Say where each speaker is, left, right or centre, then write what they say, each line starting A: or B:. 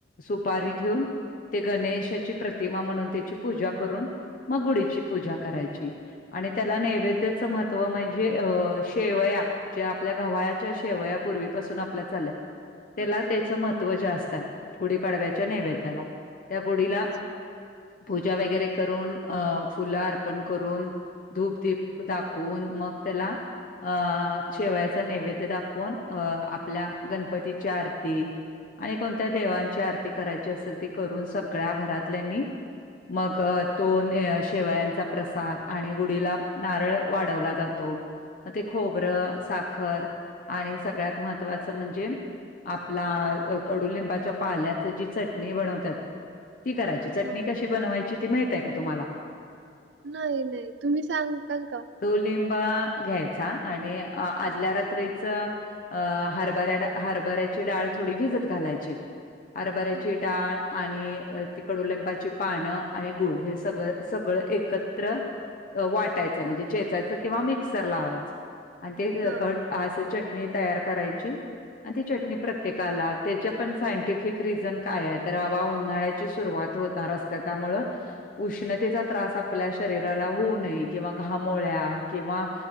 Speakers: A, on the left (about 50°); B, on the right (about 80°).
A: सुपारी
B: हा
A: ठेवून ते गणेशाची प्रतिमा म्हणून त्याची पूजा करून मग गुडीची पूजा करायची. आणि त्याला नैवेद्याचं महत्त्व म्हणजे अ शेवया जे आपल्या गव्हायाच्या शेवयापूर्वीपासून आपल्या चालत. त्याला
B: हा हा
A: त्याच महत्त्व जे असतात गुढीपाडव्याच्या नैवेद्याला त्या गुढीला
B: अच्छा
A: पूजा वगैरे करून अं फुलं अर्पण करून धूपधीप दाखवून मग त्याला अ शेवयाचा नैवेद्य दाखवून अ आपल्या गणपतीची आरती आणि कोणत्या देवांची
B: हा
A: आरती करायची असेल ती करून सगळ्या घरातल्यांनी मग तो शेवयांचा प्रसाद आणि गुढीला नारळ वाढवला जातो. ते खोबरं
B: हा
A: साखर आणि सगळ्यात महत्त्वाचं म्हणजे आपला कडुलिंबाच्या पाल्यात जी चटणी बनवतात ती करायची चटणी
B: हा
A: कशी बनवायची ती माहित आहे का तुम्हाला
B: नाही नाही तुम्ही सांगताल का?
A: लि घ्यायचा आणि आदल्या.
B: हा
A: च हरभऱ्या हरभऱ्याची डाळ थोडी भिजत घालायची. अरबऱ्याची
B: हा हा
A: डाळ. आणि तिकड उलेंबाची पानं आणि गुळ हे सगळ सगळं एकत्र वाटायचं
B: हा
A: म्हणजे चेचायचं किंवा मिक्सर लावायचं आणि ते
B: हा
A: घ. अस चटणी तयार करायची आणि ती चटणी प्रत्येकाला त्याच्या पण सायंटिफ रिझन काय आहे तर बाबा उन्हाळ्याची सुरवात होणार असते त्यामु उष्णतेचा
B: हा
A: त्रास आपल्या शरीराला होऊ नये किंवा घामोळ्या किंवा